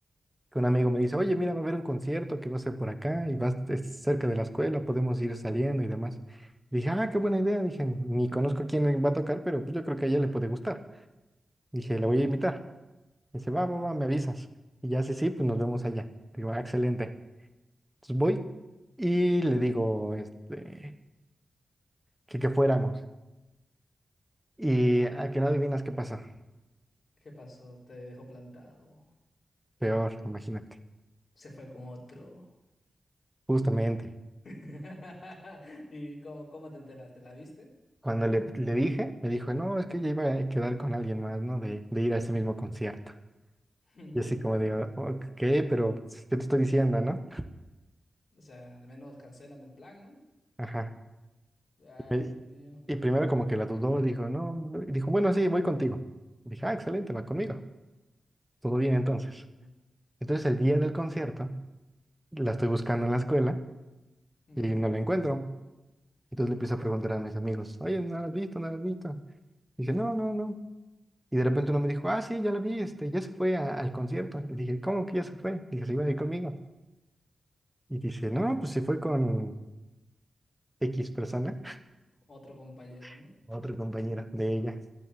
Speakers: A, in the centre; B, on the left.
A: que un amigo me dice, oye, mira, va a haber un concierto que va a ser por acá y va a- es cerca de la escuela, podemos ir saliendo y demás. Dije, ah, qué buena idea. Dije, ni conozco quién va a tocar, pero pues yo creo que a ella le puede gustar. Dije, la voy a invitar. Dice, va,
B: Claro.
A: va, va, me avisas. Y ya, sí, sí, pues nos vemos allá. Digo, ah, excelente. Entonces voy y le digo, este, que, que fuéramos. Y a que no adivinas qué pasa.
B: ¿Qué pasó? Te dejó plantado.
A: Peor, imagínate.
B: Se fue con otro.
A: Justamente.
B: <laughs> ¿Y cómo, cómo te enteraste? ¿La viste?
A: Cuando le, le dije, me dijo, no, es que ya iba a quedar con alguien más, ¿no? De, de ir a ese mismo concierto.
B: <laughs>
A: Y así como de, "Oh, ok, pero pues, ¿qué te estoy diciendo, no?
B: O sea, al menos cancélame el plan, ¿no?
A: Ajá.
B: Ay,
A: Y, me-
B: Dios mío.
A: y primero como que la dudó, dijo, no, no", y dijo, bueno, sí, voy contigo. Dije, ah, excelente, va conmigo. Todo bien entonces.
B: Ujú.
A: Entonces el día del concierto, la estoy buscando en la escuela
B: Ujú.
A: y no la encuentro. Entonces le empiezo a preguntar a mis amigos, oye, ¿no la has visto? ¿No la has visto? Dice, no, no, no. Y de repente uno me dijo, ah, sí, ya la vi, este, ya se fue a- al concierto. Y dije, ¿cómo que ya se fue? Dije, se iba a ir conmigo. Y dice, no, pues se fue con X persona,
B: Otro compañero,
A: <laughs>
B: ¿no?
A: otra compañera de ella.